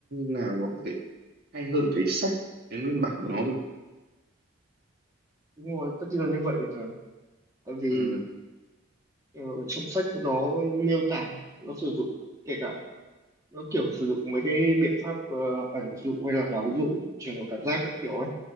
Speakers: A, on the right; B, on the right.
A: nào mà có thể hay hơn cái sách cái nguyên bản của nó được
B: đúng rồi tất nhiên là như vậy rồi tại vì
A: ừ,
B: ờ, trong sách nó miêu tả nó sử dụng kể cả nó kiểu sử dụng mấy cái biện pháp ờ, ẩn dụ hay là hoán dụ chuyển đổi cảm giác các kiểu ấy